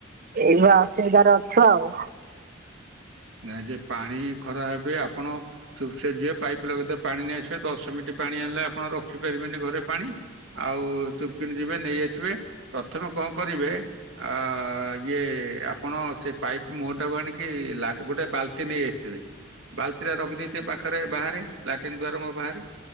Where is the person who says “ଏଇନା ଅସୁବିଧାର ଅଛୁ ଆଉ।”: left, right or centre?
Right